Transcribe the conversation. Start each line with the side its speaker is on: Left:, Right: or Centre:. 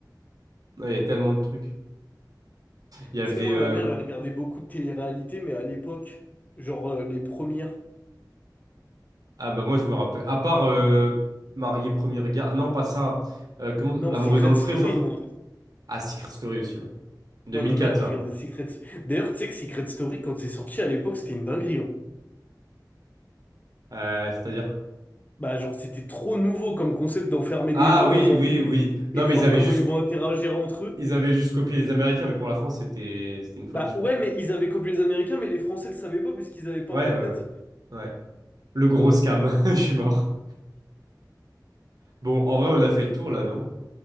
Right: Ouais, il y a tellement de trucs. Il y avait...
Left: Tu sais, moi,
Right: euh,
Left: ma mère, elle regardait beaucoup de télé-réalité, mais à l'époque, genre euh, les premières.
Right: Ah bah moi, je me rappelle... À part euh, Marié Premier Regard... Non, pas ça. Euh, comment...
Left: Non,
Right: L'amour
Left: Secret
Right: est dans le pré,
Left: Story,
Right: genre.
Left: moi.
Right: Ah, Secret Story aussi, ouais. 2004,
Left: Moi, ma mère, elle
Right: ça.
Left: regardait Secret... D'ailleurs, tu sais que Secret Story, quand c'est sorti à l'époque, c'était une dinguerie. hein.
Right: Euh, c'est-à-dire...
Left: Bah, genre, c'était trop nouveau comme concept d'enfermer
Right: Ah
Left: des gens
Right: oui,
Left: dans
Right: oui,
Left: un truc
Right: oui. Non,
Left: et
Right: mais
Left: de voir
Right: ils avaient
Left: comment
Right: juste...
Left: ils vont interagir entre eux.
Right: Ils avaient juste copié les Américains, mais pour la France, c'était c'était une folie,
Left: Bah,
Right: je crois.
Left: ouais, mais ils avaient copié les Américains, mais les Français le savaient pas puisqu'ils avaient pas
Right: Ouais,
Left: Internet.
Right: ouais, ouais.
Left: <laughs>
Right: Ouais. Le gros scam. <laughs> Je suis mort. Bon, en vrai, on a fait le tour là, non?